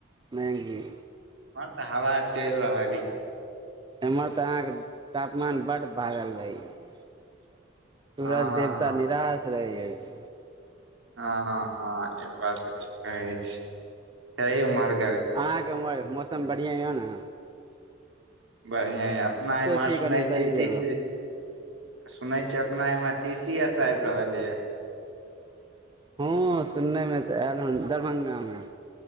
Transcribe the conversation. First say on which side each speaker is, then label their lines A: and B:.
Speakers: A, on the right (about 25°); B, on the right (about 70°).
A: नै क
B: आओर तऽ हवा चलि रहल य
A: हमर तऽ अहाँके तापमान बड्ड भागल रहैय सूरज
B: हँ
A: देवता
B: हँ
A: निराश रहै अछि
B: हँ हँ एक बात तऽ ठिक कहै छी कहै मारग
A: अहाँके मौसम बढ़िआँ य न
B: बढ़िआँ य अपना इम्हर
A: छी
B: सुनै
A: कनि सही
B: छियै इतिश
A: जगह
B: सुनै छिय अपना एम्हर टी सी एस आबि रहल यए
A: हँ सुननेमे तऽ आयल हन दरभंगामे